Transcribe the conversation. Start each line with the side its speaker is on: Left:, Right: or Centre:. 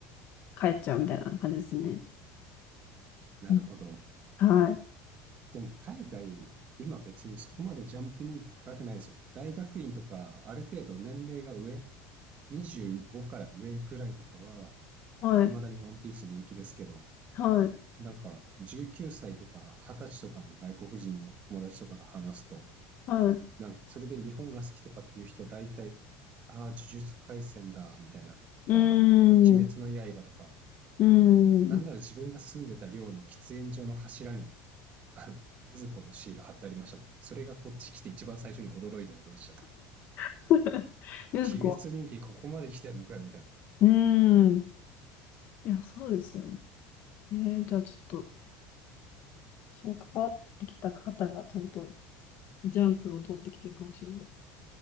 Left: 帰っちゃうみたいな感じですね。
Right: なるほど。
Left: うんはい。
Right: でも海外、今別にそこまでジャンプ人気高くないですよ。大学院とか、ある程度年齢が上、25から上くらいとかは、
Left: はい。
Right: いまだにワンピース人気ですけど、
Left: はい。
Right: なんか19歳とか20歳とかの外国人の友達とかと話すと、
Left: はい。う
Right: なんかそれで日本が好きとかっていう人大体、ああ、呪術廻戦だ、みたいな、とか、
Left: ーん。
Right: 鬼滅の刃とか、
Left: うーん。
Right: なんなら自分が住んでた寮の喫煙所の柱にあの、禰豆子のシール貼ってありましたもん。それがこっち来て一番最初に驚いたことでした。
Left: <laughs> ですか
Right: 鬼滅人気ここまで来てんのかよ、みたい
Left: うーん。いや、そうですよね。えー、じゃあちょっと、私が関わってきた方がちゃんとジャンプを通ってきてるかもしれないです。